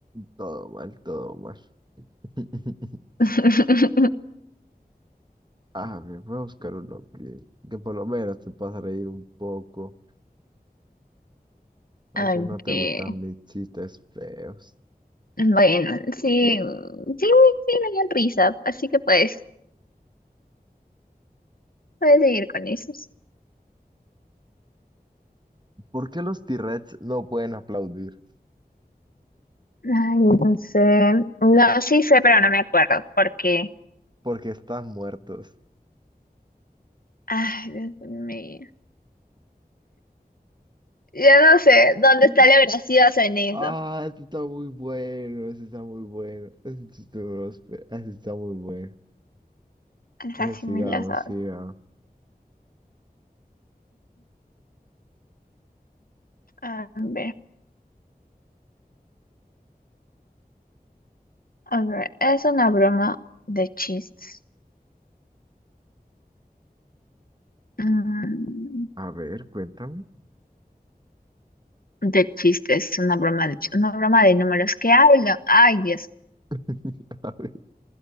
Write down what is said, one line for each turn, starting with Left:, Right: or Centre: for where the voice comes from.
Right: Todo mal, todo mal. <laughs>
Left: <laughs>
Right: A ver, voy a buscar uno que, que por lo menos te pasa a reír un poco. Porque
Left: Ok.
Right: no te gustan mis chistes feos.
Left: Bueno, sí, sí, sí me dio risa, así que puedes puedes seguir con esos.
Right: ¿Por qué los T-Rex no pueden aplaudir?
Left: Ay, no sé, no, sí sé, pero no me acuerdo, porque,
Right: Porque están muertos.
Left: ay, Dios mío, ya no sé dónde
Right: <laughs>
Left: está la veracidad en eso.
Right: Ah, este está muy bueno, este está muy bueno. Este chiste grospe- este está muy bueno. Eh,
Left: Así
Right: Sigamos,
Left: me la sabe
Right: sigamos.
Left: A ver, a ver, es una broma de chistes. Mm,
Right: A ver, cuéntame.
Left: de chistes, una broma de, ch- una broma de números. ¿Qué hablo? Ay, Dios.
Right: <laughs> A ver,